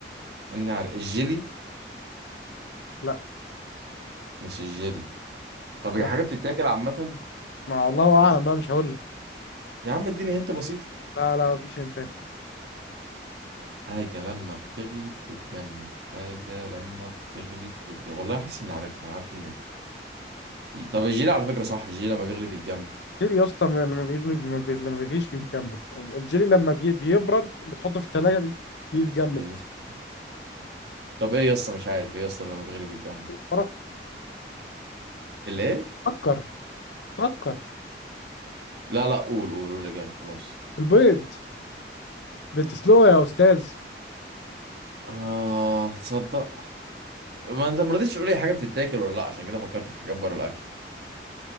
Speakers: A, on the right; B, on the left.
A: اني عارف الجيلي
B: لا
A: مش الجيلي طب هي
B: لا
A: حاجة بتتاكل عامة
B: ما الله اعلم بقى مش هقول لك
A: يا عم اديني هنت بسيطة
B: لا لا مفيش انت
A: حاجة لما بتغلي بتتجمد حاجة لما بتغلي بتتجمد والله حاسس اني عارفها انا عارف ان في طب الجيلي على فكرة صح الجيلي لما بيغلي بيتجمد
B: الجيلي يا اسطى لما بيغلي بي- ما بي... لما بيغليش بيتجمد الجيلي لما بي... بيبرد بتحطه في التلاجة بي... بيتجمد
A: <laughs> طب ايه يا اسطى مش عارف ايه يا اسطى لما بيغلي بيتجمد
B: فرق
A: الايه
B: فكر فكر
A: لا لا قول قول قول الإجابة خلاص
B: البيض بتسلقه يا أستاذ
A: آه تصدق ما انت ما رضيتش تقول لي حاجه بتتاكل ولا لا عشان كده فكرت في حاجات بره الاكل